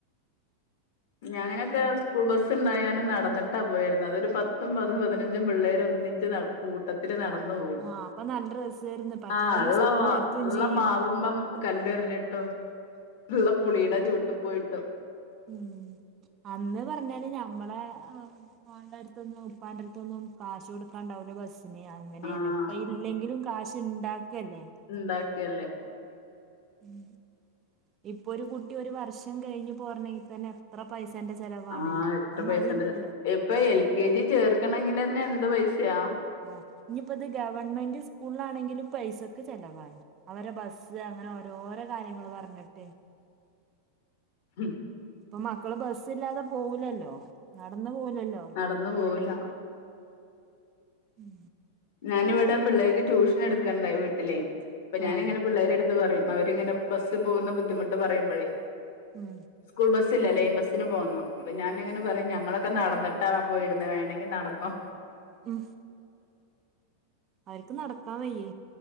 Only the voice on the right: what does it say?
ഉം
ആഹ് അപ്പൊ നല്ല രസായിരുന്നു പെട്ടെന്ന്
സ്കൂളിൽ
എത്തും
ചെയ്യും
ഉം അന്ന്പറഞ്ഞാല് ഞമ്മളെ അം പോണ്ടെടുത്തൊന്നും ഉപ്പാന്റെട്ത്തൊന്നും കാശ് കൊടുക്കാണ്ടാവുല ബസ് ഇനി അങ്ങനെയന്നെ
ഇപ്പ ഇല്ലെങ്കിലും കാശ്ണ്ടാക്കല്ലേ
ഉം ഇപ്പൊ ഒരുകുട്ടി ഒരുവർഷം കഴിഞ്ഞ് പോരണെങ്കിതന്നെ എത്ര പൈസേന്റെ ചെലവാണ്
അന്നതില്ലല്ലോ
ആ ഇഞ്ഞിയിപ്പത് ഗവൺമെന്റ്സ്കൂളാണെങ്കിലും പൈസക് ചെലവാണ്. അവരെ ബസ് ത് അങ്ങനെ ഓരോരോ കാര്യങ്ങള്പറഞ്ഞിട്ട്
ഇപ്പൊ മക്കള് ബസ്സില്ലാതെ പോവുലല്ലോ നടന്ന്പോവുലല്ലോ
ഉം
ആഹ്
ഉം
ഉം അവര്ക്ക് നടക്കാവയ്യേ